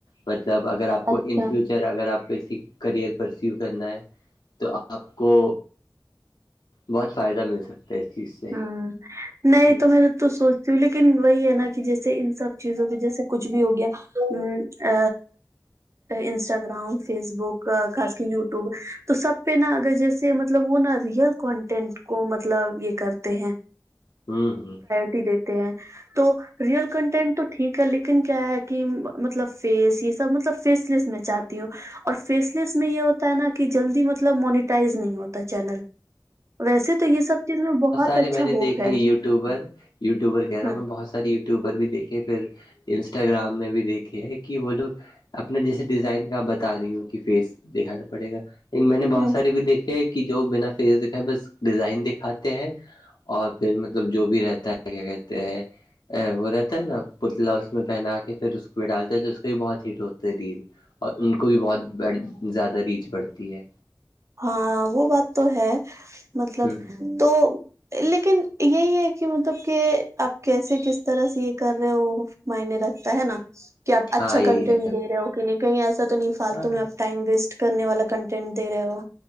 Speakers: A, on the left; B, on the right.
A: مطلب اگر آپ کو
B: اچھا
A: ان فیوچر اگر آپ کو کسی کرئر پرسو کرنا ہے تو آپ کو بہت فائدہ مل سکتا ہے اس چیز سے
B: ہوں نہیں
A: ہ
B: تم تو سوچتی ہوں لیکن وہی ہے نا کہ جیسے ان سب چیزوں پہ جیسے کچھ بھی ہو گیا انسٹاگرام فیس بک خاص کی یوٹیوب تو سب پہ نا اگر جیسے مطلب وہ نا ریئل کانٹینٹ کو مطلب یہ کر تے ہیں
A: ہوں ہوں
B: بھی دیتے ہیں تو ریئل کنٹینٹ تو ٹھیک ہے لیکن کیا ہے کہ مطلب فیس یہ سب مطلب فیس لیس میں چاہتی ہوں اور فیس لیس میں یہ ہوتا ہے نا کہ جلدی مطلب مونیٹائز نہیں ہوتا چینل ویسے تو یہ سب چیز میں بہت
A: ارے
B: اچھا
A: میں نے
B: ہوپ
A: دیکھے
B: ہے
A: یوٹیوبر یوٹیوبر کہہ رہا
B: ہ
A: ہوں میں بہت سارے یٹیوبر بھی دیکھے پھر انسٹاگرام میں بھی دیکھے ہے کہ وہ لوگ اپنا جیسے ڈیزائن کا آپ بتا رہی ہو کہ فیس دکھانا پڑے گا میں نے بہت
B: ہ
A: سارے بھی دیکھے ہے کہ جو بنا فیس دکھا ہے بس ڈیزائن دکھاتے ہیں اور پھر مطلب جو بھی رہتا ہے کیا کہتے ہیں ا وہ رہتا ہے نا پتلا اس میں پہنا کے پھر اس پہ ڈالتا ہے تو اس کے بھی بہت ہیٹ ہوتا ہے ریل اور ان کو بھی بہت بڑ زیادہ ریچ بڑھتی ہے
B: ہاں وہ بات تو ہے مطلب
A: ہ
B: تو لیکن یہی ہے کہ مطلب کہ آپ کیسے کس طرح سے یہ کر رہے ہو معنی رکھتا ہے نا کہ آپ اچھا
A: ہاں یہی
B: کنٹینٹ
A: ہے
B: دے رہے ہو کہ نہیں کہیں ایسا تو نہیں فالتو
A: ہاں
B: میں اپ ٹائم ویسٹ کرنے والا کنٹینٹ دے رہے ہو